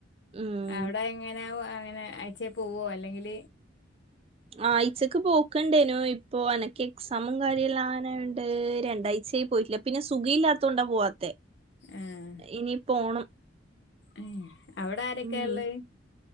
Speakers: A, on the right; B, on the left.
A: ഉം
B: അവിടെ എങ്ങനെ അങ്ങനെ ആയ്ച്ചേ പോവോ അല്ലെങ്കിൽ
A: ആഴ്ച്ചക്ക് പോക്ക് ഇണ്ടേനു. ഇപ്പോ എനക്ക് എക്സാമും കാര്യല്ലാ ആവാനായോണ്ട് രണ്ടാഴ്ചയി പോയിട്ടില്ല. പിന്നെ സുഖി ഇല്ലാത്തോണ്ടാ പോവാത്തെ
B: ഏഹ്.
A: ഇനി പോണം
B: ഏഹ് അവിടാരൊക്കാ
A: ഉം
B: ഇള്ളത്?